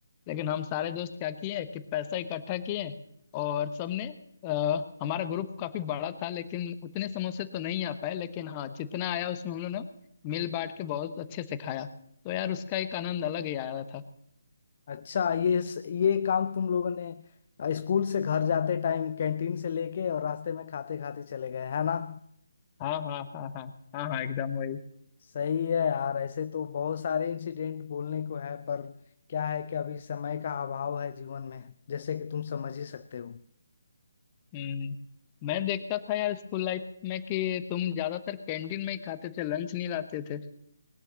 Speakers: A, on the left (about 25°); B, on the left (about 40°).
A: लेकिन हम सारे दोस्त क्या किए कि पैसा इकट्ठा किए और सबने आ, हमारा ग्रुप काफी बड़ा था लेकिन उतने समोसे तो नहीं आ पाए लेकिन हाँ जितना आया उसमें हम लोगों ने मिल बांट के बहुत अच्छे से खाया तो यार उसका एक आनंद अलग ही आया था
B: अच्छा ये ये काम तुम लोगों ने अ, स्कूल से घर जाते टाइम कैंटीन से लेके और रास्ते में खाते खाते चले गए है ना
A: हाँ हाँ हाँ हाँ हाँ हाँ एकदम वही
B: सही है यार ऐसे तो बहुत सारे इंसिडेंट बोलने को है पर क्या है कि अभी समय का अभाव है जीवन में जैसे कि तुम समझ ही सकते हो
A: हम्म मैं देखता था यार स्कूल लाइफ में कि तुम ज्यादातर कैंटीन में ही खाते थे लंच नहीं लाते थे